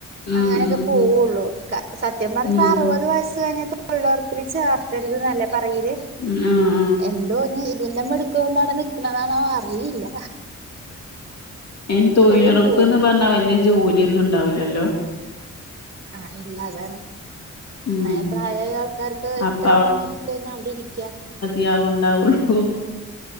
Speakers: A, on the left; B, on the right.
A: ഉം
B: അങ്ങനൊക്കെ
A: ഉം
B: പോവൊള്ളു ക സത്യം പറഞ്ഞ
A: ഉം
B: അറുപത് വയസ്സ് കഴിഞ്ഞ തൊഴിലൊർപ്പില് ചേർത്തര്ത് ന്നല്ലേ പറയല്.
A: ഉം ആഹ്
B: എന്തോഞ്ഞ് ഇതിന്റെ മിട്ക്ക് കൊണ്ടവടെ നിക്ക്ണതാണോ അറിയില്ല.
A: അയിന്
B: അപ്പഴും
A: തൊഴിലൊറപ്പ്ന്ന്
B: പോകും
A: പറഞ്ഞാ വല്യ ജോല്യൊന്നുണ്ടാവൂലല്ലോ.
B: ആഹ് ഇല്ല അതാണ്
A: ഉം
B: ന്നേ പ്രായായാൾക്കാര്ക്ക്
A: അപ്പ
B: ഇത്ര പണിട്ത്തഴിഞ്ഞാ അവടിരിക്യാ.
A: യാവ്ണ്ടാവൊള്ളൂ